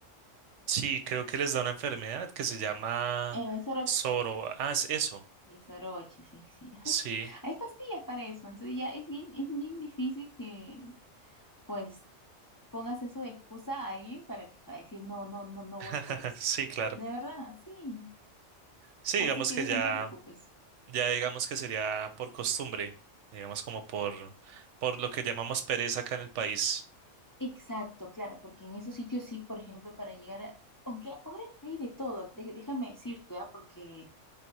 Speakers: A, on the right; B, on the left.
A: sí, creo que les da una enfermedad que se llama
B: Eh, Sorach,
A: soro. Ah, es eso.
B: y soroche, sí, sí. <laughs> ajá.
A: Sí,
B: Hay pastillas para eso, entonces ya es bien, es bien difícil que pues pongas eso de excusa a alguien para que para decir no, no, no, no
A: <laughs>
B: voy por esto.
A: sí, claro.
B: De verdad, sí.
A: Sí,
B: Así
A: digamos
B: que
A: que
B: eso
A: ya,
B: no te preocupes.
A: ya digamos que sería por costumbre, digamos como por, por lo que llamamos pereza acá en el país.
B: Exacto, claro, porque en esos sitios sí, por ejemplo, para llegar a, aunque ahora hay de todo, dej- déjame decirte, ah, porque